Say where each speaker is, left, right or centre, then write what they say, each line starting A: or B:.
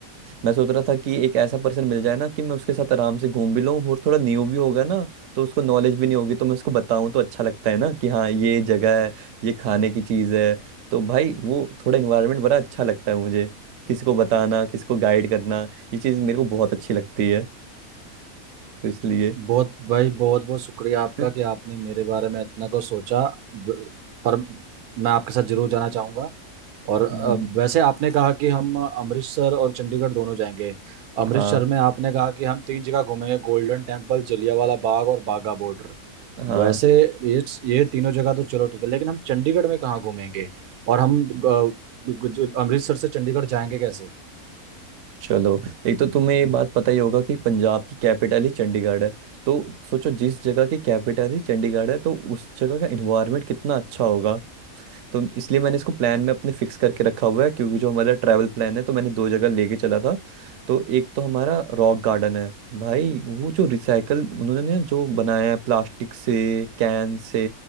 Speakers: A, on the right; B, on the right.
A: मैं सोच रहा था कि एक ऐसा पर्सन मिल जाए ना कि मैं उसके साथ आराम से घूम भी लूँ और थोड़ा न्यू भी होगा ना तो उसको नॉलेज भी नहीं होगी तो मैं उसको बताऊँ तो अच्छा लगता है ना कि हाँ ये जगह है ये खाने की चीज़ है तो भाई वो थोड़ा इन्वायरमेंट बड़ा अच्छा लगता है मुझे किसी को बताना किसी को गाइड करना ये चीज़ मेरे को बहुत अच्छी लगती है तो इसलिए
B: बहुत भाई बहुत बहुत शुक्रिया आपका
A: <laughs>
B: कि आपने मेरे बारे में इतना कुछ सोचा ब- पर मैं आपके साथ जरूर जाना चाहूँगा और अ,
A: हम्म,
B: वैसे आपने कहा कि हम अमृतसर और चंडीगढ़ दोनों जाएंगे अमृतसर
A: हाँ
B: में आपने कहा कि हम तीन जगह घूमेंगे गोल्डन टेम्पल जलियांवाला बाग और बाघा बॉर्डर
A: हाँ
B: वैसे ये ये तीनों जगह तो चलो ठीक है लेकिन हम चंडीगढ़ में कहाँ घूमेंगे और हम अ, जो- अमृतसर से चंडीगढ़ जाएंगे कैसे
A: चलो एक तो तुम्हें ये बात पता ही होगा कि पंजाब की कैपिटल ही चंडीगढ़ है तो सोचो जिस जगह की कैपिटल ही चंडीगढ़ है तो उस जगह का एनवायरनमेंट कितना अच्छा होगा तो इसलिए मैंने इसको प्लान में अपने फिक्स करके रखा हुआ है क्योंकि जो हमारा ट्रैवल प्लान है तो मैंने दो जगह लेके चला था तो एक तो हमारा रॉक गार्डन है भाई वो जो रिसाइकल उन्होंने ना जो बनाया है प्लास्टिक से कैन से